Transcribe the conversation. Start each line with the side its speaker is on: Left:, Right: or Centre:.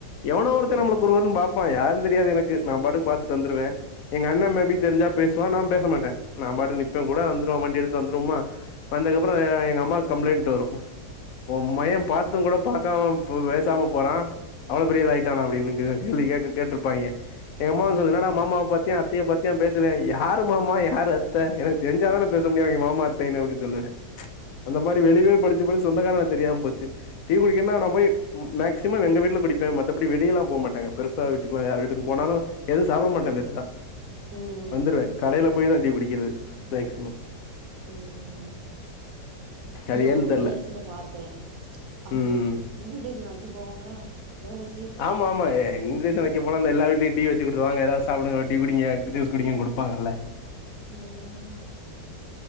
Left: எவனோ ஒருத்தே
Right: ம்
Left: நம்மள குறுகுறுனு பாப்பான் யாருன் தெரியாது எனக்கு நா பாட்டுக் பாத்துட்டு வந்துருவே எங்க அண்ணே மேபி தெரிஞ்சா பேசுவா நா பேச மாட்டே நா பாட்டுக் நிப்பங்கூட வந்துருவு வண்டி எடுத்து வந்துருவும்மா வந்தக்கப்புறோ எங்க அம்மாக் கம்ப்ளைண்ட் வரு உ மையே பாத்துங்கூட பாக்காம ப பேசாம போறா அவ்ளோ பெரியவனா ஆய்ட்டானா அப்டின்னு க கேள்வி கேட்ரு கேட்ருப்பாய்ங்க எங்க அம்மா வந் சொல்லு இன்னாடா மாமாவ பாத்தியா அ த்தய பாத்திய பேசலே யாரு மாமா யாரு அத்த எனக்கு தெரிஞ்சாதானே பேச முடியு அவுங்க மாமா அத்தைன்னு அப்டின் சொல்லுவே அந்த
Right: ம்
Left: மாரி வெளிவே படிச்சு படிச் சு சொந்தகாரங்ள தெரியாம் போச்சு டீ குடிக்கன்னா நா போய் மேக்சிமம் எங்க வீட்ல குடிப்பே மத் தபடி வெளியலா போமாட்டங்க பெருசா வீட்டுக்லா யார் வீட்டுக்கு போனாலு எதுவு சாப்பட மாட்டே பெருசா
Right: ம் ம்
Left: வந்துருவே கடையில போய்தா டீ குடிக்கிறது மேக்சிமம்
Right: ம் ம் இல்ல
Left: அது ஏன்னு
Right: ஒரு
Left: தெர்ல
Right: ரீல்ஸ்ல பாத்தே அவுங்கப்
Left: ம்
Right: இன்விடேஷன் வெக்க போவாங்களா பரவால்லிங்
Left: ஆமா ஆமா எ இன்விடேஸன் வெ க்க போனா இந்த எல்லா வீட்லயு வெச்சு குடுத்துவாங்க எதாவ்து சாப்டுங்க டீ குடிங்க ஜூல்ஸ் குடிங்கன் குடுப்பாங்கல்ல
Right: ம் ஆமா ஆமா